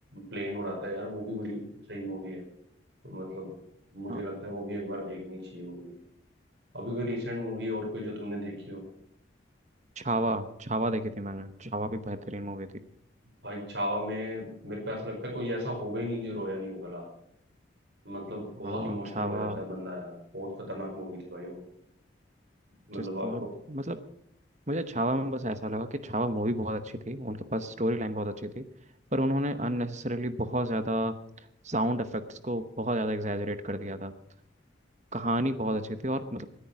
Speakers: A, on the right; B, on the right.
A: प्लेन उड़ाता है यार वो भी बड़ी सही मूवी है मतलब मुझे
B: हाँ
A: लगता है वो भी एक बार देखनी चाहिए मूवी अभी कोई रिसेंट मूवी और कोई जो तुमने देखी हो
B: छावा छावा देखी थी मैंने छावा भी बेहतरीन मूवी थी
A: भाई छावा में मेरे को ऐसा लगता है कोई ऐसा होगा ही नहीं जो रोया नहीं होगा लास्ट मतलब बहुत
B: हाँ
A: इमोशनल
B: छावा
A: हो जाता है बंदा यार बहुत खतरनाक मूवी थी भाई वो मतलब
B: जिस
A: आपको
B: तरह मतलब मुझे छावा में बस ऐसा लगा कि छावा मूवी बहुत अच्छी थी उनके पास स्टोरी लाइन बहुत अच्छी थी पर उन्होंने अननेसेसरीली बहुत ज़्यादा साउंड इफेक्ट्स को बहुत ज़्यादा एग्जैजरेट कर दिया था कहानी बहुत अच्छी थी और मतलब